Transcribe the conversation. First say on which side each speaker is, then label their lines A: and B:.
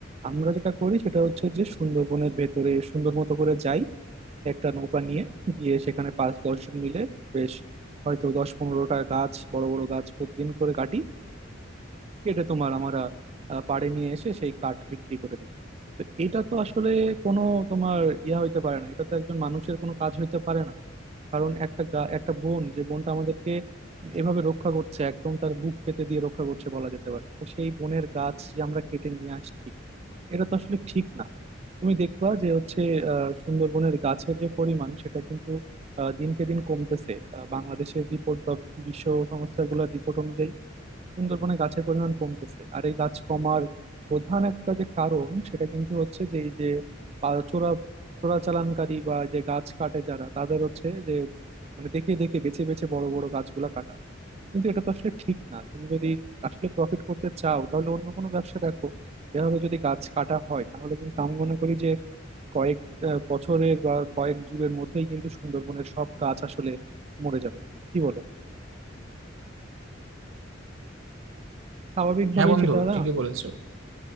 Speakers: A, on the right; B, on the right.
A: আমরা যেটা করি সেটা হচ্ছে যে সুন্দরবনের ভেতরে সুন্দর মতো করে যাই একটা নৌকা নিয়ে গিয়ে সেখানে পাঁচ দশজন মিলে বেশ হয়তো দশ পনেরোটা গাছ বড় বড় গাছ প্রতিদিন করে কাটি কেটে তোমার আমরা আহ, পাড়ে নিয়ে এসে সেই কাঠ বিক্রি করে দিই তো এটা তো আসলে কোনো তোমার ইয়া হইতে পারে না এটা তো একজন মানুষের কোনো কাজ হইতে পারে না কারণ একটা গা- একটা বোন যে বোনটা আমাদেরকে এভাবে রক্ষা করছে একদম তার বুক পেতে দিয়ে রক্ষা করছে বলা যেতে পারে তো সেই বোনের গাছ যে আমরা কেটে নিয়ে আসছি এটা তো আসলে ঠিক না তুমি দেখবা যে হচ্ছে আহ সুন্দরবনের গাছের যে পরিমাণ সেটা কিন্তু আহ, দিনকে দিন কমতেছে আহ, বাংলাদেশের রিপোর্ট বা বিশ্ব সংস্থাগুলোর রিপোর্ট অনুযায়ী সুন্দরবনে গাছের পরিমাণ কমতেছে আর এই গাছ কমার প্রধান একটা যে কারণ সেটা কিন্তু হচ্ছে যে এই যে পা- চোরা চোরাচালানকারী বা যে গাছ কাটে যারা তাদের হচ্ছে যে মানে দেখে দেখে বেছে বেছে বড় বড় গাছগুলা কাটা কিন্তু এটা তো আসলে ঠিক না তুমি যদি আসলে প্রফিট করতে চাও তাহলে অন্য কোনো ব্যবসা দেখো এভাবে যদি গাছ কাটা হয় তাহলে কিন্তু আমি মনে করি যে কয়েক আহ, বছরের বা কয়েক যুগের মধ্যেই কিন্তু সুন্দরবনের সব গাছ আসলে মরে যাবে কি বলো স্বাভাবিকভাবেই
B: হ্যাঁ বন্ধু
A: সেটা না
B: ঠিকই বলেছো